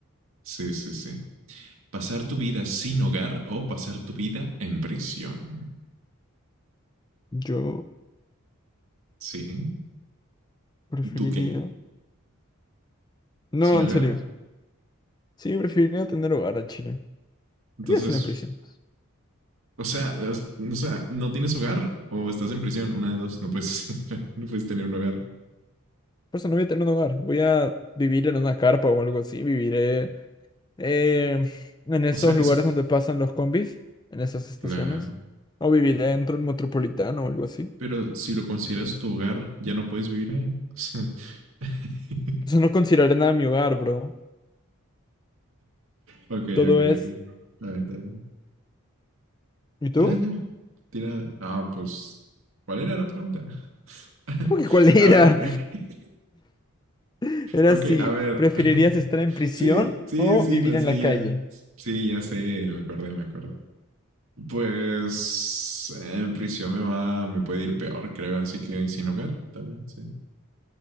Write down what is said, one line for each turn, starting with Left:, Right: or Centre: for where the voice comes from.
Right: sí, sí, sí. Pasar tu vida sin hogar o pasar tu vida en prisión.
Left: Yo
Right: Sí.
Left: preferiría...
Right: ¿Tú qué?
Left: No,
Right: Sin
Left: en
Right: hogar.
Left: serio. Sí, preferiría tener hogar al Chile.
Right: Entonces,
Left: ¿Qué voy a hacer en prisión?
Right: o sea, o sea, no tienes hogar o estás en prisión. Una de dos. No puedes, <laughs> no puedes tener un hogar.
Left: Por eso no voy a tener un hogar. Voy a vivir en una carpa o algo así. Viviré eh, en esos
Right: O sea,
Left: lugares
Right: es que,
Left: donde pasan los combis, en esas estaciones.
Right: claro.
Left: O viviré dentro del metropolitano o algo así.
Right: Pero si lo consideras tu hogar, ya no puedes vivir ahí. <laughs> O sea, <laughs>
Left: Entonces no consideraré nada mi hogar, bro.
Right: Ok,
Left: Todo
Right: ok,
Left: es.
Right: ok. Está bien, está bien.
Left: ¿Y tú?
Right: Ya, ya. Tira. Ah, pues. ¿Cuál era la pregunta?
Left: <laughs>
Right: <laughs>
Left: Creo que ¿Cuál era?
Right: A ver. <laughs>
Left: <laughs> Era
Right: Ok,
Left: si
Right: a ver.
Left: preferirías
Right: <laughs>
Left: estar en prisión
Right: Sí, sí,
Left: o
Right: sí,
Left: vivir
Right: lo
Left: en
Right: sé,
Left: la
Right: ya.
Left: calle.
Right: Sí, ya sé, me acordé, me acordé. Pues en prisión me va, me puede ir peor, creo, así que sin hogar también, sí.